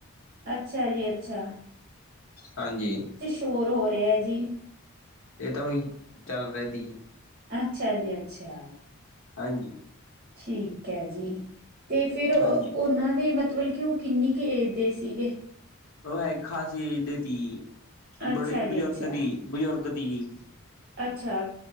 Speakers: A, on the right; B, on the left.
A: ਅੱਛਾ ਜੀ ਅੱਛਾ।
B: ਹਾਂਜੀ।
A: ਤੋਰ ਹੋ ਰਿਹਾ ਜੀ।
B: ਇਹ ਤਾਂ ਉਹੀ ਚੱਲ ਰਿਹਾ ਤੀ
A: ਅੱਛਾ ਜੀ-ਅੱਛਾ।
B: ਹਾਂਜੀ।
A: ਠੀਕ ਐ। ਜੀ ਤੇ ਫਿਰ ਉਹਨਾਂ
B: ਹਾਂਜੀ
A: ਦੇ ਮ ਬਲਕਿ ਉਹ ਕਿੰਨੀ ਕੁ ਏਜ ਦੇ ਸੀਗੇ?
B: ਉਹ ਹੈ ਖਾਸੀ ਦੇ ਤੀ,
A: ਅੱਛਾ
B: ਬੜੇ ਬਜ਼ੁਰਗ
A: ਜੀ ਅੱਛਾ,
B: ਦੀ ਬਜ਼ੁਰਗ ਦੀ।
A: ਅੱਛਾ